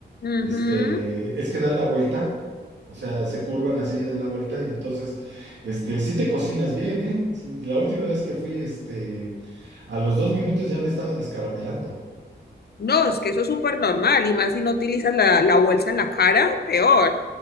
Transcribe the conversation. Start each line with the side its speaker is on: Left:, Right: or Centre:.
Left: Ujú,
Right: este, es que dan la vuelta, o sea, se curvan así, dan la vuelta, y entonces, este, sí te cocinas bien, ¿eh? Sí, la última vez que fui, este, a los dos minutos ya me estaba descarapelando.
Left: No, es que eso es súper normal y más si no utilizas la, la bolsa en la cara, peor.